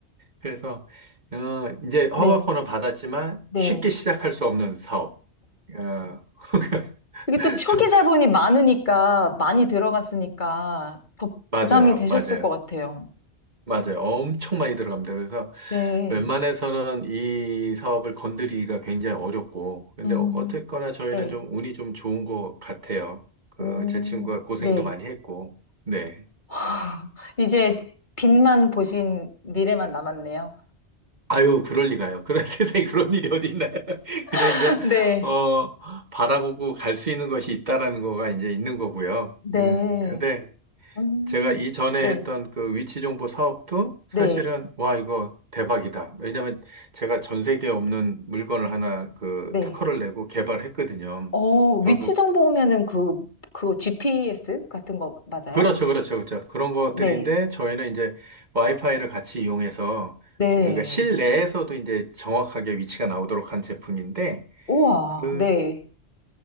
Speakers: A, on the right; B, on the left.
A: 그래서, 어, 이제 허가권을
B: 네.
A: 받았지만
B: 네.
A: 쉽게 시작할 수 없는 사업. 어, <laughs>
B: 이게 또 초기
A: 저,
B: 자본이 많으니까, 많이 들어갔으니까 더
A: 맞아요.
B: 부담이 되셨을
A: 맞아요.
B: 것 같아요.
A: 맞아요. 엄청 많이 들어갑니다. 그래서
B: 네.
A: 웬만해서는 이 사업을 건드리기가 굉장히 어렵고, 근데
B: 음,
A: 어- 어쨌거나 저희는
B: 네.
A: 좀 운이 좀 좋은 것 같아요. 그,
B: 오,
A: 제 친구가 고생도
B: 네.
A: 많이 했고, 네.
B: <laughs> 이제 빛만 보신 미래만 남았네요.
A: 아유, 그럴 리가요. 그런 <laughs> 세상에 그런 일이 어디 있나요? <laughs> 그냥
B: <laughs>
A: 이제,
B: 네.
A: 어, 바라보고 갈 수 있는 것이 있다라는 거가 이제 있는 거고요.
B: 네.
A: 음, 근데
B: 음,
A: 제가 이전에
B: 네.
A: 했던 그 위치 정보 사업도 사실은
B: 네.
A: 와 이거 대박이다. 왜냐면 제가 전 세계에 없는 물건을 하나 그
B: 네.
A: 특허를 내고 개발했거든요.
B: 어, 위치
A: 결국
B: 정보 오면은 그, 그 GPS 같은 거 맞아요?
A: 그렇죠, 그렇죠, 그렇죠. 그런 것들인데
B: 네.
A: 저희는 이제 와이파이를 같이 이용해서
B: 네.
A: 좀- 그러니까 실내에서도 이제 정확하게 위치가 나오도록 한 제품인데
B: 우와.
A: 그
B: 네.